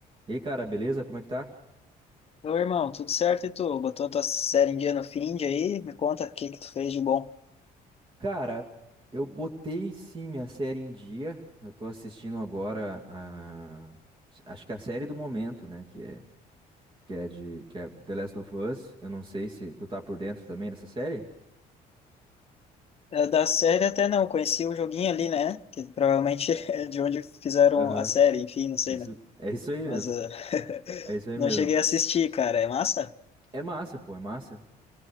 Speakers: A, on the right; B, on the left.
A: E aí, cara, beleza? Como é que tá?
B: Oi irmão, tudo certo e tu? Botou tua série em dia no Find aí? Me conta o que que tu fez de bom.
A: Cara, eu botei sim minha série em dia. Eu tô assistindo agora a. Acho que a série do momento, né? Que é, que é de. Que é The Last of Us. Eu não sei se tu tá por dentro também dessa série.
B: Eh, Da série até não, conheci o joguinho ali, né? Que provavelmente <laughs> é de onde fizeram
A: Aham.
B: a série, enfim, não sei,
A: Isso,
B: né?
A: é isso aí mesmo.
B: Mas eh, <laughs>
A: É isso aí
B: não
A: mesmo.
B: cheguei a assistir, cara. É massa?
A: É massa, pô, é massa.